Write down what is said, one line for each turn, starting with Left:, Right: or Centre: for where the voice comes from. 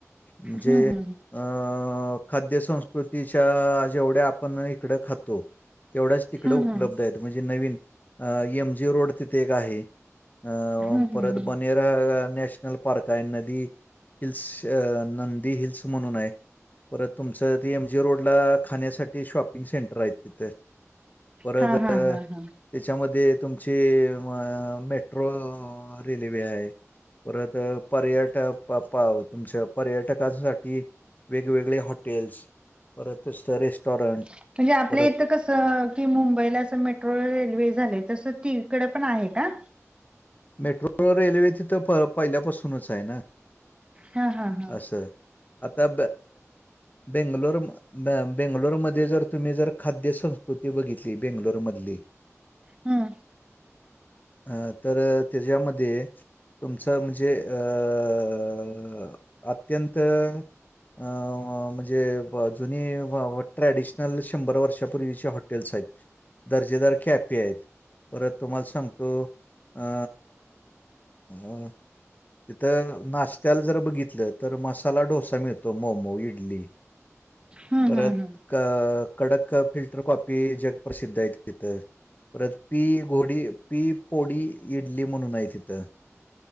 Left: म्हणजे,
Right: हम्म हम्म
Left: अ खाद्य संस्कृतीच्या, जेवढ्या आपण इकडं खातो. तेवढ्याच तिकड
Right: हम्म
Left: उपलब्धयत.
Right: हम्म हम्म
Left: म्हणजे नवीन, अ एम जी रोड तिथे एक आहे. अ
Right: हम्म
Left: परत
Right: हम्म हम्म
Left: बनेरा नॅशनल पार्कय. नदी हिल्स, नंदी हिल्स म्हणूनय. परत तुमचं त एम जी रोड ला, खाण्यासाठी. शॉपिंग सेंटरायत. त. परत
Right: हा
Left: अ
Right: हा
Left: त्याच्यामध्ये
Right: हा हा
Left: तुमची अ मेट्रो रेल्वे आहे. परत पर्यट पा पा तुमच्या पर्यटकांसाठी वेगवेगळे हॉटेल्स परत सत रेस्टॉरंट
Right: म्हणजे आपल्या
Left: परत
Right: इथं कसं की मुंबईला अस मेट्रो रेल्वे झाले तसं तिकड पण आहे का?
Left: मेट्रो रेल्वे तिथं प पहिल्यापासूनच आहे ना
Right: हा हा हा
Left: असं. आता बेंगलोर बेंगलोरमध्ये जर तुम्ही जर खाद्य संस्कृती बघितली बेंगलोरमधली,
Right: हम्म
Left: अं तर त्याच्यामध्ये तुमचं म्हणजे अअअअ अत्यंत अ म्हणजे जुनी ट्रॅडिशनल शंभर वर्षापूर्वीच्या हॉटेल्स आहेत. दर्जेदार खॅपे आहेत, परत तुम्हाला सांगतो, अ अ अ अ.... तिथं नाशत्याला जर बघितलं तर मसाला डोसा मिळतो, मोमो, इडली, <unintelligible>
Right: हम्म
Left: परत
Right: हम्म हम्म
Left: कडक फिल्टर कॉपी जग प्र्रसिद्ध आहे तिथं. परत पी घोडी पी पोडी इडली म्हणून आहे तिथं.,